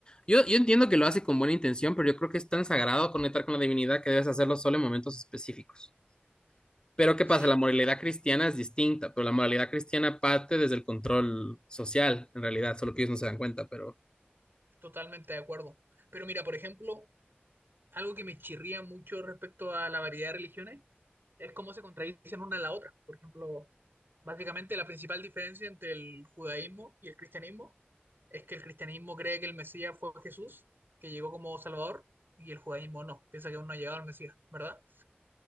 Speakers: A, on the left; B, on the right.
A: Yo, yo entiendo que lo hace con buena intención, pero yo creo que es tan sagrado conectar con la divinidad que debes hacerlo solo en momentos específicos. Pero ¿qué
B: Sí,
A: pasa? La moralidad
B: estoy
A: cristiana es distinta, pero la moralidad cristiana parte desde el control social, en realidad, solo que ellos no se dan cuenta, pero
B: totalmente de acuerdo. Pero mira, por ejemplo, algo que me chirría mucho respecto a la variedad de religiones es cómo se contradicen una a la otra. Por ejemplo, básicamente la principal diferencia entre el judaísmo y el cristianismo es que el cristianismo cree que el Mesías fue Jesús, que llegó como Salvador, y el judaísmo no, piensa que aún no ha llegado al Mesías, ¿verdad?